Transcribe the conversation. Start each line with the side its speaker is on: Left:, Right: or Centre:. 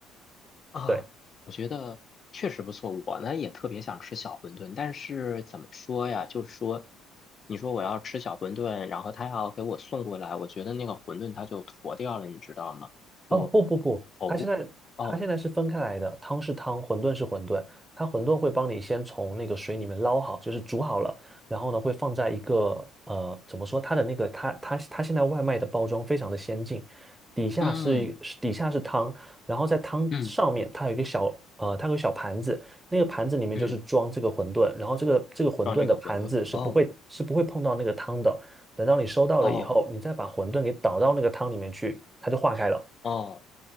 Left: 啊，
Right: 对。
Left: 我觉得确实不错。我呢也特别想吃小馄饨，但是怎么说呀？就是说，你说我要吃小馄饨，然后他要给我送过来，我觉得那个馄饨它就坨掉了，你知道吗？
Right: 哦，
Left: 就
Right: 不不不，
Left: 头哦，
Right: 它现在它现在是分开来的，汤是汤，馄饨是馄饨。它馄饨会帮你先从那个水里面捞好，就是煮好了，然后呢会放在一个呃，怎么说？它的那个它它它现在外卖的包装非常的先进，底下是一是底下是汤，
Left: 嗯
Right: 然后在汤上面它有一个小呃，
Left: 嗯
Right: 它有个小盘子，那个盘子里面就是装这个馄饨，
Left: 嗯，
Right: 然后这个这个馄饨的盘子是不会是不会碰到那个汤的。
Left: 装这个馄饨哦
Right: 等到你收到了以后，
Left: 哦
Right: 你再把馄饨给倒到那个汤里面去，它就化开了。
Left: 哦。